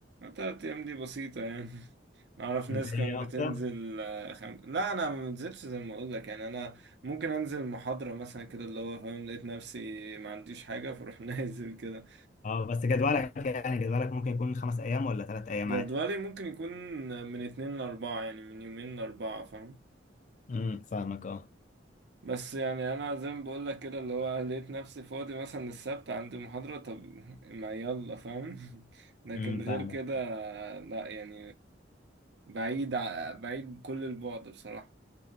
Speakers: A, on the right; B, on the left.
A: تلات ايام دي بسيطة يعني <laughs> نعرف ناس
B: أنت إيه
A: كانت بتنزل
B: أكتر؟
A: آه، خم... لا انا ما بنزلش زي ما اقول لك يعني انا ممكن انزل محاضرة مثلا كده اللي هو فاهم لقيت نفسي ما عنديش حاجة فاروح <laughs> نازل كده
B: اه بس جدولك يعني جدولك ممكن يكون خمس أيام ولا تلات أيام
A: جدولي
B: عادي
A: ممكن يكون من اتنين لأربعة يعني من يومين لأربعة فاهم
B: امم فاهمك اه
A: بس يعني أنا زي ما بقولك كده اللي هو لقيت نفسي فاضي مثلا السبت عندي محاضرة طب ما يلا فاهم <laughs> لكن
B: امم
A: غير
B: فاهمك
A: كده
B: اه
A: لأ يعني بعيد ع- بعيد كل البعد بصراحة